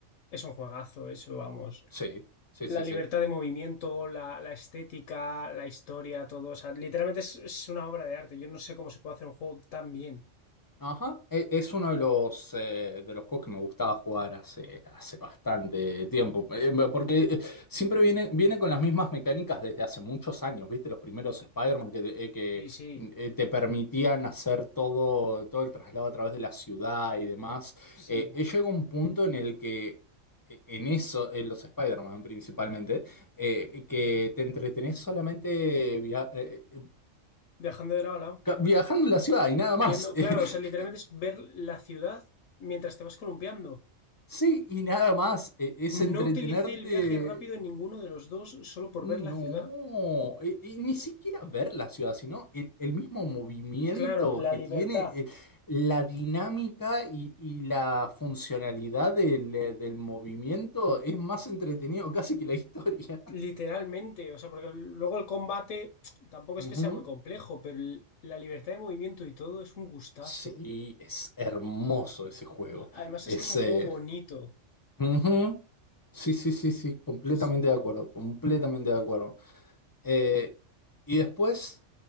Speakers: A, on the left; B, on the left.
A: es un juegazo, eso, vamos.
B: sí, sí,
A: La
B: sí,
A: libertad
B: sí.
A: de movimiento, la, la estética, la historia, todo. O sea, literalmente es, es una obra de arte. Yo no sé cómo se puede hacer un juego tan bien.
B: Ajá, e- es uno de los, eh, de los juegos que me gustaba jugar hace, hace bastante tiempo, Eh, porque eh, siempre viene, viene con las mismas mecánicas desde hace muchos años, ¿viste? Los primeros Spider-Man que, te eh, que,
A: Sí, sí,
B: eh, te permitían hacer todo, todo el traslado a través de la ciudad y demás.
A: sí.
B: Eh, eh, llega un punto en el que, eh, en eso, en los Spider-Man principalmente, eh, que te entretenés solamente via- eh, eh,
A: Viajando de lado a lado.
B: ca- viajando en la ciudad y nada más.
A: Viendo, claro, o sea,
B: <laughs>
A: literalmente es ver la ciudad mientras te vas columpiando.
B: Sí, y nada más, e- es entretenerte.
A: No utilicé el viaje rápido en ninguno de los dos solo por
B: No,
A: ver la ciudad.
B: e- y ni siquiera ver la ciudad, sino el, el mismo movimiento
A: Claro, la
B: que
A: libertad,
B: tiene, eh, la dinámica y, y la funcionalidad del, eh, del movimiento es más entretenido casi que la historia. <laughs>
A: literalmente. O sea, porque luego el combate tampoco
B: Ujú.
A: es que sea muy complejo, pero el- la libertad de movimiento y todo es un gustazo.
B: Sí, es hermoso ese juego.
A: Además
B: Es,
A: es que es un
B: eh,
A: juego bonito.
B: ujú. Sí, sí, sí, sí, completamente
A: Sí,
B: de acuerdo, completamente de acuerdo. Eh, y después.